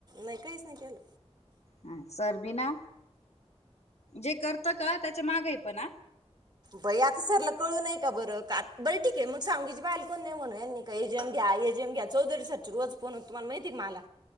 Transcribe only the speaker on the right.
नाही काहीच नाही केलं.
बई आता सरला कळू नय का बरं आ बरं ठीक आहे, मग सांगीची बाल कोण नाही म्हणून एजीएम घ्या एजीएम घ्या चौधरी सरची रोज फोनत तुमला माती मला